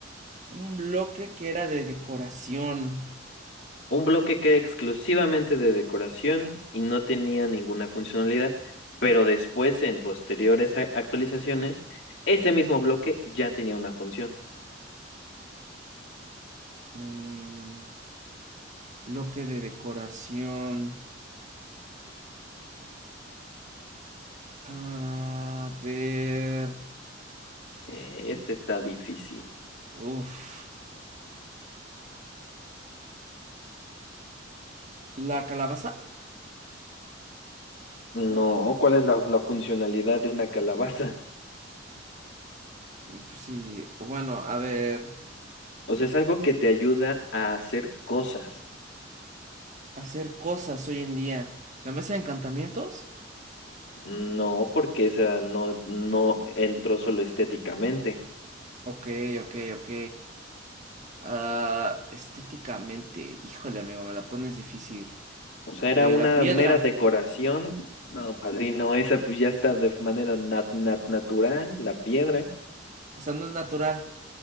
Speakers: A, on the right (about 40°); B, on the left (about 70°).
A: Un bloque que era de decoración.
B: Un bloque que era exclusivamente de decoración y no tenía ninguna funcionalidad, pero después en posteriores a- actualizaciones, ese mismo bloque ya tenía una función.
A: Mm, bloque de decoración. A ver.
B: Eh, este está difícil.
A: Uf. ¿La calabaza?
B: No, ¿cuál es la, la funcionalidad de una calabaza?
A: Mm, Pues sí. Bueno, a ver.
B: O sea, es algo que te ayuda a hacer cosas.
A: Hacer cosas hoy en día. ¿La mesa de encantamientos?
B: No, porque esa no, no entró solo estéticamente.
A: Ok, ok, ok. Ah, estéticamente, híjole, amigo, me la pones difícil.
B: O sea, era
A: Eh,
B: una
A: la piedra,
B: mera decoración. No, padrino, esa pues ya está de manera nat- nat- natural, la piedra.
A: o sea, no es natural.